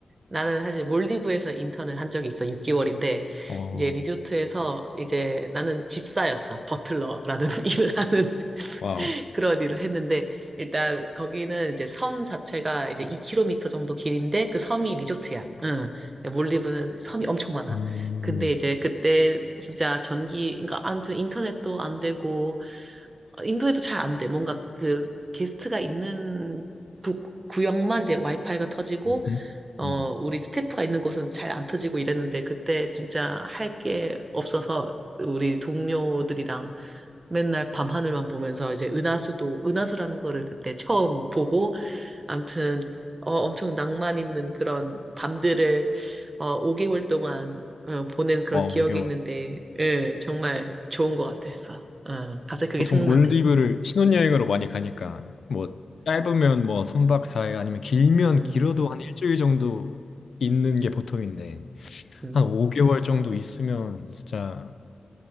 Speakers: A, on the right; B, on the left.
A: 나는 사실 몰디브에서 인턴을 한 적이 있어 6개월인데
B: 어,
A: 이제 리조트에서 이제 나는 집사였어 버틀러라는 <laughs> 일을 하는
B: 와우.
A: 그런 일을 했는데 일단 거기는 이제 섬 자체가 이제 2km 정도 길인데 그 섬이 리조트야. 응. 그러니까 몰디브는 섬이 엄청 많아.
B: 음,
A: 근데 이제 그때 진짜 전기 그러니까 아무튼 인터넷도 안 되고 어, 인도에도 잘 안 돼. 뭔가 그 게스트가 있는 부- 구역만 이제 와이파이가 터지고,
B: 음흠.
A: 어,
B: 음.
A: 우리 스태프가 있는 곳은 잘 안 터지고 이랬는데, 그때 진짜 할 게 없어서 우리 동료들이랑 맨날 밤하늘만 보면서 이제 은하수도, 은하수라는 거를 그때 처음 보고, 암튼, 어, 엄청 낭만 있는 그런 밤들을, 어, 5개월 동안, 어, 보낸 그런
B: 와,
A: 기억이
B: 5개월.
A: 있는데, 예, 정말 좋은 것 같았어. 어, 갑자기 그게
B: 보통
A: 생각나네.
B: 몰디브를 신혼여행으로 많이 가니까, 뭐, 짧으면 뭐, 3박 사 일 아니면 길면
A: 음.
B: 길어도 한 일주일 정도 있는 게 보통인데,
A: 음,
B: 한 5개월 정도 있으면 진짜